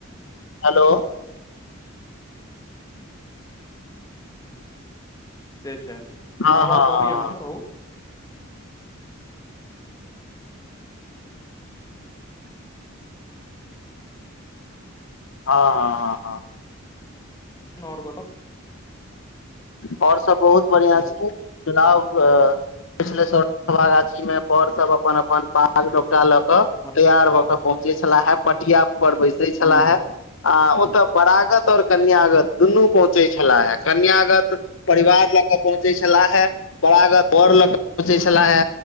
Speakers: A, on the left; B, on the left.
A: हेल
B: से छै
A: हँ
B: आवाज
A: हँ हँ
B: अबैय अहाँके कह
A: ह
B: नोड़बत
A: और सब बहुत बढ़िआं
B: हेलो
A: छ चुनाव पिछले साल साभागाछी मे वर सब अपन अपन आाग रा ल क
B: हँ
A: तैयार भऽ क पहुँचे छलाहे पटिया पर बैसे छलाह
B: हूँ
A: आ ओतय वरागत और कन्यागत दुनू पहुंचै छलाह कन्याग परिवार लऽ क पहुँचे छलाह हे बड़गर घर ल सोचै छला हे